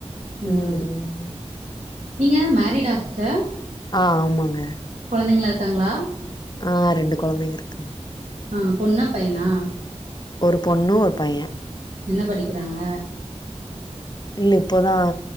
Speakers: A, on the right (about 75°); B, on the left (about 40°).
A: அந்த
B: ம்
A: மாதிரி நீங்க மேரிடா சிஸ்டர்
B: ஆ ஆமாங்க
A: கொழந்தைங்களா இருக்காங்களா
B: ஆ ரெண்டு கொழந்தைங்க இருக்குங்க
A: ஆ பொண்ணா பையனா
B: ஒரு பொண்ணு ஒரு பையெ
A: என்ன படிக்கிறாங்க
B: இல்ல இப்போதா